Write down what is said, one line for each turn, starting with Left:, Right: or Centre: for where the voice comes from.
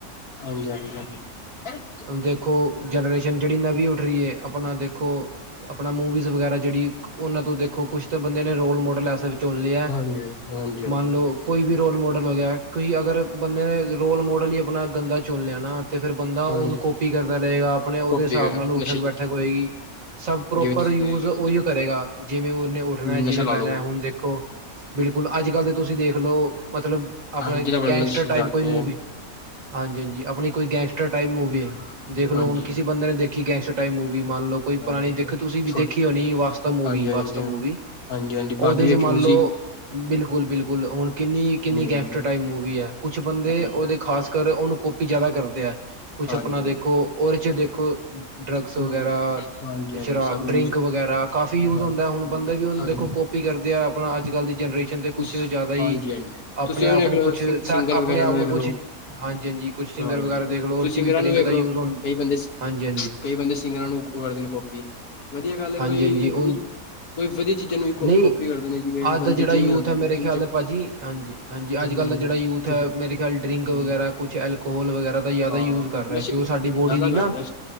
Left: ਹਾਂਜੀ, ਹਾਂਜੀ, ਹਾਂਜੀ। ਹਾਂਜੀ,
Right: ਦੇਖੋ ਜਨਰੇਸ਼ਨ ਜਿਹੜੀ ਨਵੀਂ ਉੱਠ ਰਹੀ ਹੈ ਆਪਣਾ ਦੇਖੋ ਆਪਣਾ ਮੂਵੀਜ਼ ਵਗੈਰਾ ਜਿਹੜੀ ਉਹਨਾਂ ਤੋਂ ਦੇਖੋ ਕੁੱਛ ਤਾਂ ਬੰਦੇ ਨੇ ਰੋਲ ਮੋਡਲ ਐਸਾ ਚੁਣ ਲਿਆ
Left: ਹਾਂਜੀ, ਹਾਂਜੀ,
Right: ਮੰਨ ਲਓ ਵੀ ਰੋਲ ਮੋਡਲ ਹੋ ਗਿਆ ਤੁਈ ਅਗਰ ਬੰਦੇ ਨੇ ਰੋਲ ਮੋਡਲ ਹੀ ਆਪਣਾ ਗੰਦਾ ਚੁਣ ਲਿਆ ਨਾ ਤੇ ਫ਼ਿਰ ਬੰਦਾ ਉਹਨੂੰ
Left: ਹਾਂਜੀ
Right: ਕਪੀ ਕਰਦਾ ਰਹੇਗਾ ਆਪਣੇ ਉਹਦੇ
Left: ਕਾਪੀ
Right: ਹਿਸਾਬ ਨਾਲ ਉੱਠਕ
Left: ਨਸ਼ੇ
Right: ਬੈਠਕ ਹੋਏਗੀ ਸਭ ਪ੍ਰੋਪਰ
Left: ਜਿਵੇਂ ਤੁਸੀਂ
Right: ਯੂਜ ਉਹੀ ਕਰੇਗਾ ਜਿਵੇਂ ਉਹਨੇ ਉੱਠਣਾ ਜਿਵੇਂ
Left: ਨਸ਼ਾ ਲਾ
Right: ਬਹਿਣਾ
Left: ਲਓ।
Right: ਹੁਣ ਦੇਖੋ ਬਿਲਕੁਲ ਅੱਜ ਕੱਲ ਤਾਂ ਤੁਸੀਂ ਦੇਖ ਦੇਖਲਓ ਮਤਲਬ ਆਪਣਾ
Left: ਜਿਹੜਾ ਬੜਾ
Right: ਗੈਂਗਸਟਰ
Left: ਨਸ਼ਾ
Right: ਟਾਈਪ
Left: ਲੱਗ
Right: ਕੋਈ ਮੂਵੀ
Left: ਗਿਆ
Right: ਹਾਂਜੀ ਹਾਂਜੀ ਆਪਣੀ ਕੋਈ ਗੈਂਗਸਟਰ ਟਾਈਪ ਮੂਵੀ ਹੈ ਦੇਖ ਲੋੋ
Left: ਹਾਂਜੀ,
Right: ਹੁ ਕਿਸਸੀ ਬੰਦੇ ਨੇ ਦੇਖ ਕਿ ਗੈਂਗਸਟ ਟਾਈਮ ਮੰਨ ਲਓ ਕੋਈ
Left: ਹਾਂ
Right: ਪੁਰਾਣੀ ਦੇਖ ਤੁਸੀਂ ਵੀ
Left: ਛੋਟ
Right: ਦੇਖੀ ਹੋਣੀ ਵਾਸਤਵ ਮੂਵੀ
Left: ਹਾਂਜੀ, ਹਾਂਜੀ,
Right: ਵਾਸਤਵ
Left: ਹਾਂਜੀ।
Right: ਮੂਵੀ
Left: ਹਾਂਜੀ, ਹਾਂਜੀ
Right: ਉਹਦੇ
Left: ਬਾਗੀ
Right: ਚ
Left: ਵੇਖੀ
Right: ਮੰਨ
Left: ਤੁਸੀਂ
Right: ਲੋਓ ਬਿਲਕੁਲ ਬਿਲਕੁਲ ਹੁਣ ਕਿੰਨੀ ਕਿੰਨੀ
Left: ਹਾਂਜੀ,
Right: ਗੈਂਗਸਟਰ
Left: ਹਾਂਜੀ,
Right: ਟਾਈਪ ਮੂਵੀ ਹੈ ਕੁਛ ਬੰਦੇ
Left: ਹਾਂਜੀ।
Right: ਉਹਦੇ ਖਾਸ ਕਰ ਉਹਨੂੰ ਕਾਪੀ ਜ਼ਿਆਦਾ ਕਰਦੇ ਹੈ ਕੁਛ
Left: ਹਾਂਜੀ
Right: ਆਪਣਾ ਦੇਖੋ
Left: ਹਾਂਜੀ
Right: ਔਰ ਚ ਦੇਖੋ ਕੁ ਡਰੱਗਸ ਵਗੈਰਾ
Left: ਹਮ ਹਾਂਜੀ ਹਾਂਜੀ
Right: ਸ਼ਰਾਬ
Left: ਸਭ
Right: ਡਰਿੰਕ
Left: ਯੂਜ
Right: ਵਗੈਰਾ ਕਾਫੀ ਯੂਜ
Left: ਹਾਂਜੀ
Right: ਹੁੰਦਾ ਹੁਣ ਬੰਦੇ ਵੀ ਹ ਦੇਖੋ ਕਪੀ ਕਰਦੇ ਆ ਆਪਣਾ ਅੱਜ ਕੱਲ ਦੀ ਜਨਰੇਸ਼ਨ ਤੇ ਕੁਛ
Left: ਇਸ
Right: ਜ਼ਿਆਦਾ ਹੀ
Left: ਹਾਂਜੀ ਹਾਂਜੀ
Right: ਆਪਣੇ
Left: ਤੁਸੀਂ ਉਹਨੂੰ
Right: ਆਪ
Left: ਵੇਖ
Right: ਨੂੰ
Left: ਲਓ
Right: ਕੁਛ
Left: ਸਿੰਗਰ
Right: ਆਪਣੇ
Left: ਵਗੈਰਾ
Right: ਆਪ
Left: ਵੇਖ
Right: ਨੂੰ
Left: ਲਓ
Right: ਕੁਛ ਹਾਂਜੀ ਹਾਂਜੀ ਕੁਛ ਸਿੰਗਰ
Left: ਹਾਂਜੀ
Right: ਵਗੈਰਾ
Left: ਤੁਸੀਂ
Right: ਦੇਖਲ ਉਹ ਚ
Left: ਸਿੰਗਰਾਂ
Right: ਵੀ ਡਰਿੰਕ
Left: ਨੂੰ ਵੇਖ
Right: ਦਾ
Left: ਲਓ
Right: ਯੂਜ
Left: ਕਈ
Right: ਹ
Left: ਬੰਦੇ
Right: ਹਾਂਜੀ ਹਾਂਜੀ
Left: ਕਈ ਬੰਦੇ ਸਿੰਗਰਾਂ ਨੂੰ ਉਹ ਕਰਦੇ ਨੇ ਕੋਪੀ, ਵਧੀਆ ਗੱਲ ਹੈ
Right: ਹਾਂਜੀ
Left: ਕੋਈ
Right: ਹਾਂਜੀ ਉਹ
Left: ਯੂ ਕੋਈ ਵਧੀਆ, ਚੀਜ਼ਾਂ ਨੂੰ ਵੀ ਕੋ
Right: ਨਹੀਂ
Left: ਕਾਪੀ ਕਰਦੇ ਨੇ ਜਿਵੇਂ
Right: ਅੱਜ ਦਾ
Left: ਬੰਦੇ
Right: ਜਿਹੜਾ
Left: ਜਿੰਮ
Right: ਯੂਥ
Left: ਜਾਂਦੇ
Right: ਹੈ,
Left: ਨੇ
Right: ਮੇਰੇ
Left: ਜਿੰਮ
Right: ਖਿਆਲ
Left: ਚ
Right: ਭਾਜੀ ਹਾਂਜੀ-ਹਾਂਜੀ ਅੱਜ
Left: ਹਾਂਜੀ
Right: ਕੱਲ
Left: ਹਾਂਜੀ
Right: ਦਾ ਜਿਹੜਾ ਯੂਥ
Left: ਜਿਮ
Right: ਹੈ ਮੇਰੇ ਖਿਆਲ ਡਰਿੰਕ
Left: ਹਾਂਜੀ
Right: ਵਗੈਰਾ ਕੁਛਲ, ਕੋਲ ਵਗੈਰਾ, ਜ਼ਿਆਦਾ
Left: ਹਾਂ
Right: ਯੂਜ ਕਰ ਰਿਹਾ,
Left: ਨਸ਼ੇ
Right: ਜੋ
Left: ਜ਼ਿਆਦਾ
Right: ਸਾਡੀ ਬੋਡੀ ਲਈ
Left: ਕਰ
Right: ਨਾ
Left: ਨਸ਼